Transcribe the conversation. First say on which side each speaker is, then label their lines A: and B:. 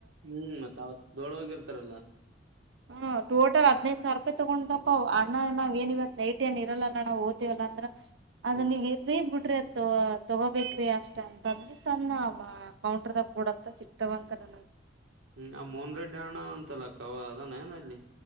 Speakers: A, on the right; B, on the right.
A: ಹ್ಮ್ ಮತ್ತ್ ದೊಳ ಹೋಗಿರ್ತ ಮಾತ್ರಲ್ಲ
B: ಹ್ಮ ಟೋಟಲ್ ಹದನೈದು ಸಾವಿರ ರೂಪಾಯಿ ತಗೊಂಡ್ರಪ್ಪ ಅಣ್ಣ ನಾವ್ ನಿವತ್ ನೈಟ್ ಏ ಇರಲ್ಲಾ ನಾವವು ಓ್ತಿೀವಲ್ಲ ಅಂದ್ರ ಅದಲ್ಲಿ
A: ಹ್ಮ್
B: ಎರೇ ಬಿಟ್ಟ ್ರಿ ತೊಗೋಬೇಕ್ರಿ ಅಷ್ಟ ಅಂತಂದಿ ಸಣ್ಣ ಕೌಂಟ್ರದಾಗ ಕೂಡತ ಸಿಕ್ತವ ಅಂತ ನನಗೆ
A: ಹ್ಮ್ ಆ ಮೋಹನ್ ರೆಡ್ಡಿ ಅಣ್ಣ ಅಂತಲ್ಲಕ್ಕವಾ ಅದಾನ ಏನ ಅಲ್ಲಿ